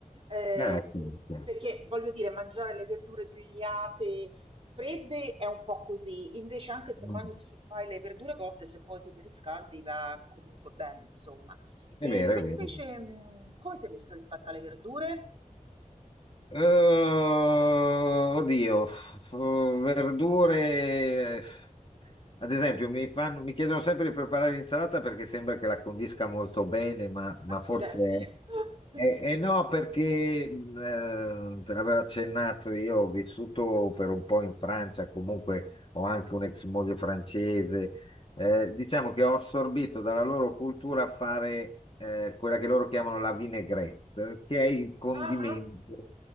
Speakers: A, on the right; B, on the left.
A: eh,
B: Eh, ok,
A: che-
B: ok.
A: perché voglio dire, mangiare le verdure grigliate fredde è un po' così, invece anche se,
B: Mm.
A: mangi, se fai le verdure cotte, se poi te le riscaldi va comunque bene, insomma. E
B: È vero,
A: te
B: è
A: invece,
B: vero.
A: mh, come sei messo rispetto alle verdure?
B: Eh, oddio, eh, verdure. eh, Ad esempio, mi fanno- mi chiedono sempre di preparare l'insalata perché sembra che la condisca molto bene, ma, ma
A: Accidenti.
B: forse
A: <laughs>
B: è. E no, perché eh, te l'avevo accennato, io ho vissuto per un po' in Francia, comunque ho anche un'ex moglie francese eh, diciamo che ho assorbito dalla loro cultura fare eh, quella che loro chiamano la vinaigrette, che è il condimento
A: Ah, ah.